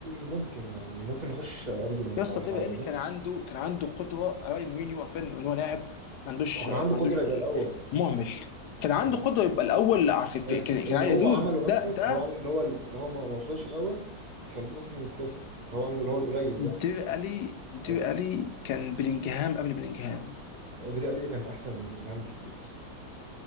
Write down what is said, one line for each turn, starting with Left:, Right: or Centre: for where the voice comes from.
Right: ممكن يعني ممكن نخش أرجيومنت
Left: يا اسطى
Right: على الحوار
Left: الدوري الايطالي
Right: ده ممكن
Left: كان عنده كان عنده قدره على راي مورينيو عارفين ان هو لاعب ما عندوش
Right: لو كان
Left: ما
Right: عنده
Left: عندوش
Right: قدرة يبقى الأول
Left: مهمل كان عنده
Right: تمام
Left: قدره يبقى الاول في في-
Right: بس
Left: كان
Right: اللي
Left: كان عادي
Right: هو
Left: يا دود
Right: عمله
Left: ده
Right: اصلا
Left: ده
Right: اللي هو عمله اللي هو اللي هو ما ما وصلش الاول يخليه مثلا التاسع اللي هو عمله اللي هو القليل ده
Left: دير الي دير
Right: عادي
Left: الي كان بلينجهام قبل بلينجهام
Right: ديلي الي كان احسن من بلينجهام بكتير اصلا